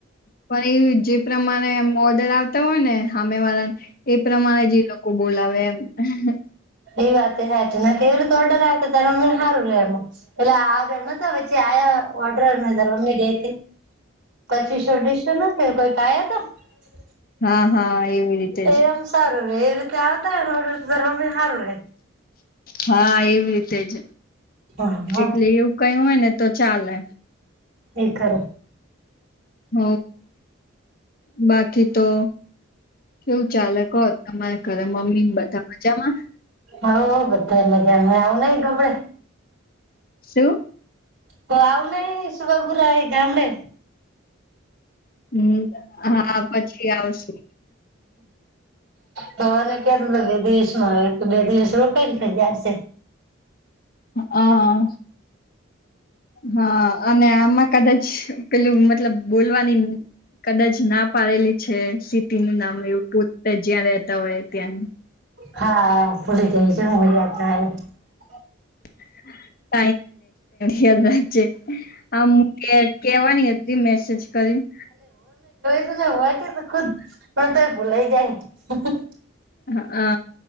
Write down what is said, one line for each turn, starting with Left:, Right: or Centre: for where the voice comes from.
Left: પણ એ જે પ્રમાણે એમ ઓર્ડર આવતા હોય ને હામે વાળાને. એ પ્રમાણે જે લોકો બોલાવે. <unintelligible>
Right: એ વાત તો હાચી. કેવી રીતે ઓર્ડર આવે તો તારા મમ્મી હારું રે એમ, પેલે આગળ ન વચ્ચે આ્યા ઓર્ડર ને તાર મમ્મી ગઈ તી. પચીસો અડીસો નથી કઈ. <unintelligible>
Left: હા હા એવી રીતે
Right: એ
Left: જ
Right: એમ સારું રે, એ રીતે ત્યા આવતા <unintelligible> હારુ રે
Left: હા, એ એજ,
Right: હા હા
Left: એટલે એવું કાઈ હોય ને તો ચાલે
Right: એ, ખર
Left: હ, બાકી તો કેવું ચાાલે કો, હો તમારા ઘરે મમ્મી ને બધા મજામાં
Right: હોવ બધા મજામા <unintelligible> આવ નઈ ગબડે
Left: શું
Right: ત્યા આવું નહી <unintelligible> એ ગામડે
Left: હમ, હા, પછી આવશુ
Right: તોએનૂ કેતું બે દિવસ, માં બે દિવસ રોકાઈને <unintelligible> આવશે
Left: હા હા અને આમાં કદાચ પેલું મતલબ બોલવાની, કદાચ ના પાડેલી. છે. સિટી નું નામ એવું પોતે જ્યાં રેતા હોય. ત્યાં
Right: હા ફુલી <unintelligible> <unintelligible>
Left: <unintelligible> <unintelligible> યાદ રાખજે. આમ કે કેવાની હતી મેસેજ કરીને
Right: <unintelligible> કે ખુદ પણ તોય ભૂલાઈ જાય. <unintelligible>
Left: હ-અ